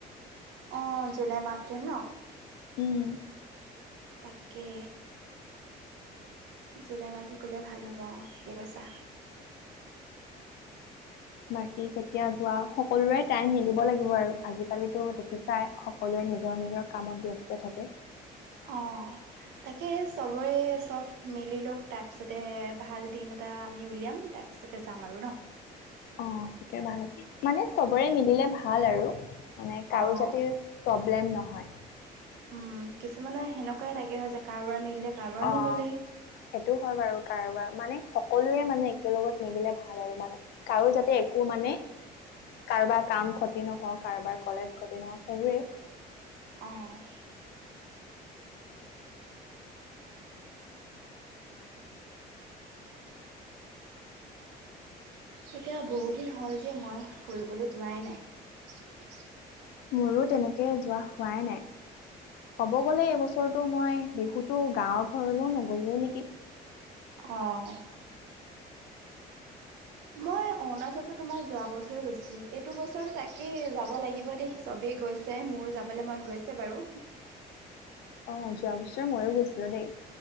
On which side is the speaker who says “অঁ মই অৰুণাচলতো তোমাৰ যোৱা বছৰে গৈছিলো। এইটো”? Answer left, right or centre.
Right